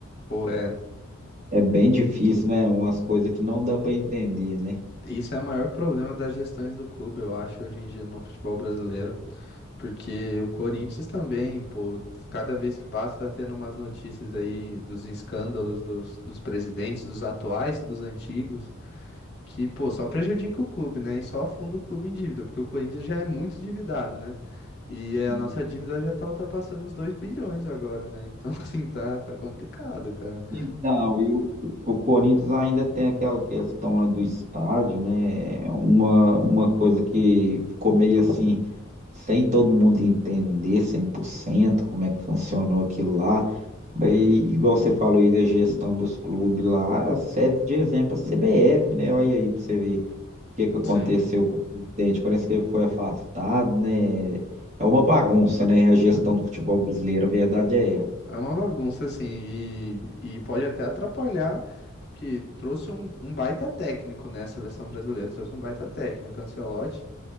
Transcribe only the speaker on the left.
Pô, é,
isso é o maior problema das gestões do clube, eu acho, hoje em dia no futebol brasileiro. Porque o Corinthians também, pô, cada vez que passa tá tendo umas notícias aí dos escândalos dos, dos presidentes, dos atuais, dos antigos. que, pô, só prejudica o clube, né? E só afunda o clube em dívida, porque o Corinthians já é muito endividado, né? E é,
a nossa dívida já tá ultrapassando os 2 bilhões agora, né? Então, <laughs> assim, tá, tá complicado, cara.
Sim.
É uma bagunça, assim, e, e pode até atrapalhar, que trouxe um, um baita técnico, né? A seleção brasileira trouxe um baita técnico, Ancelotti,